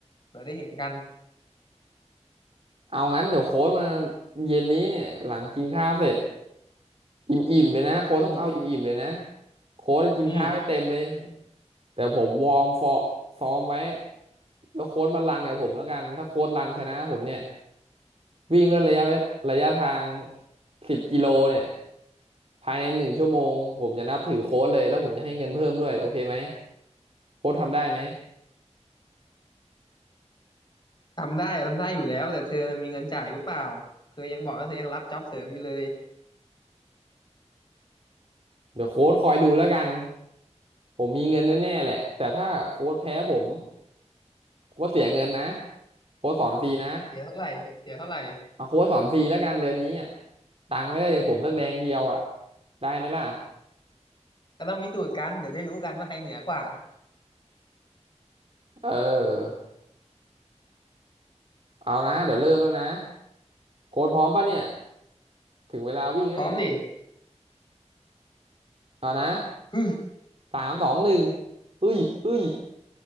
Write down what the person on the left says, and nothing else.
เดี๋ยวได้เห็นกัน
อืม
อืม
ทำได้ทำได้อยู่แล้วแต่เธอน่ะมีเงินจ่ายหรือเปล่าเธอยังบอกว่าเธอยังรับจ็อบเสริมอยู่เลย
เสียเท่าไหร่เสียเท่าไหร่
ก็ต้องพิสูจน์กันเดี๋ยวได้รู้กันว่าใครเหนือกว่า
พร้อมดิ
ฮึม